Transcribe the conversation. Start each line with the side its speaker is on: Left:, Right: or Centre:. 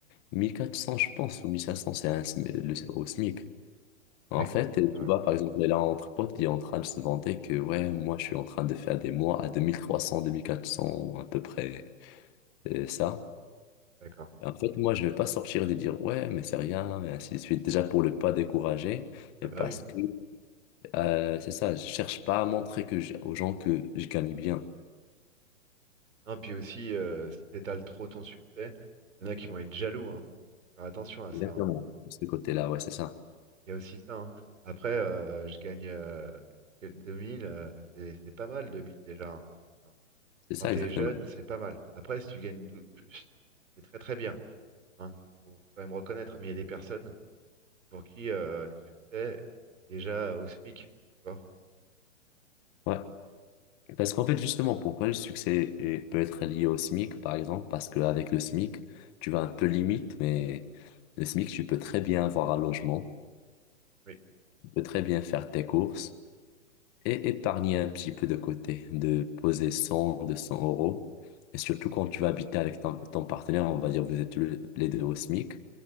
Left: 1400 je pense, ou 1500, c'est un SMI le- au SMIC. En
Right: Avec...
Left: fait,
Right: Ah,
Left: tu vois, par exemple, là, entre potes, il est en train de se vanter que, ouais, moi, je suis en train de faire des mois à deux deux mille mille trois cents deux mille quatre cents ou à peu près, euh, ça.
Right: d'accord.
Left: Et En fait, moi, je vais pas sortir de dire ouais, mais c'est rien, et ainsi de suite. Déjà pour ne pas décourager,
Right: Ah
Left: et
Right: bah
Left: parce
Right: oui.
Left: que euh, c'est ça, je cherche pas à montrer que j'ai- aux gens que je gagne bien.
Right: Non, puis aussi, euh, si t'étales trop ton succès, il y en a qui vont être jaloux, hein. Faire attention à ça.
Left: Exactement.
Right: hein.
Left: De ce côté-là, ouais, c'est ça.
Right: Il y a aussi ça, hein. Après, euh, je gagne euh, que- 2000, euh, c'est c'est pas mal 2000 déjà. hein. Enfin,
Left: C'est
Right: Quand
Left: ça,
Right: t'es
Left: exactement.
Right: jeune, c'est pas mal. Après, si tu gagnes dou- plus, c'est très très bien, hein. Faut quand même reconnaître. Mais il y a des personnes pour qui euh, le succès est déjà au SMIC, tu vois.
Left: Ouais. Parce qu'en fait, justement, pourquoi le succès est- peut être lié au SMIC, par exemple? Parce qu'avec le SMIC, tu vas un peu limite, mais le SMIC, tu peux très bien avoir un logement,
Right: Oui,
Left: tu peux très bien faire tes courses. et épargner un petit peu de côté, de poser cent deux cents euros. Et surtout quand tu vas habiter avec ton, ton partenaire, on va dire vous êtes tous les les deux au SMIC,